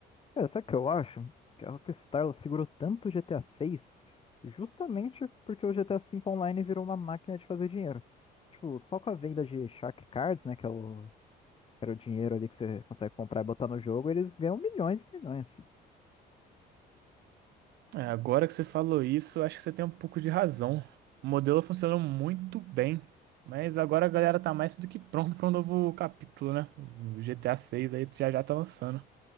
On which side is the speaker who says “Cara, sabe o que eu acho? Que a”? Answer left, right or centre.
Left